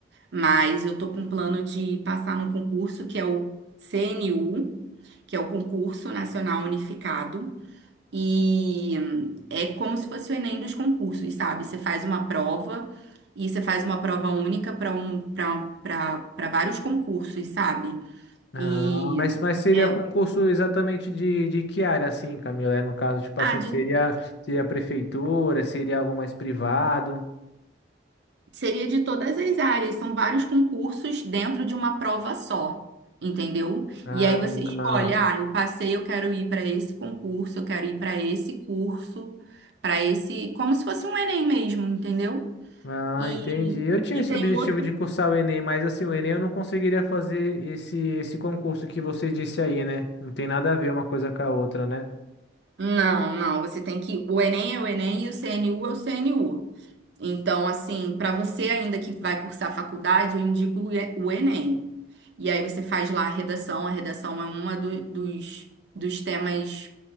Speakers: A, on the right; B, on the left.
A: Mas eu tô com um plano de passar num concurso que é o CNU, que é o Concurso Nacional Unificado. E hum, é como se fosse o Enem dos concursos, sabe? Você faz uma prova e você faz uma prova única para um, para vários concursos, sabe?
B: Ah,
A: E
B: mas, mas seria
A: é,
B: concurso exatamente de, de que área, assim, Camila? É, No caso, tipo
A: ah,
B: assim,
A: de
B: seria, seria prefeitura, seria algo mais privado?
A: Seria de todas as áreas, são vários concursos dentro de uma prova só, entendeu?
B: Ah,
A: E aí você escolhe, ah, eu passei, eu quero ir para esse concurso, eu quero ir para esse curso, para esse, como se fosse um Enem mesmo, entendeu?
B: ah,
A: E,
B: entendi. Eu tinha
A: e
B: esse
A: tem
B: objetivo
A: um outro.
B: de cursar o Enem, mas assim, o Enem eu não conseguiria fazer esse, esse concurso que você disse aí, né? Não tem nada a ver uma coisa com a outra, né?
A: Não, não, você tem que. O Enem é o Enem e o CNU é o CNU. Então, assim, para você ainda que vai cursar faculdade, eu indico o E- o Enem. E aí você faz lá a redação. A redação é uma do- dos, dos temas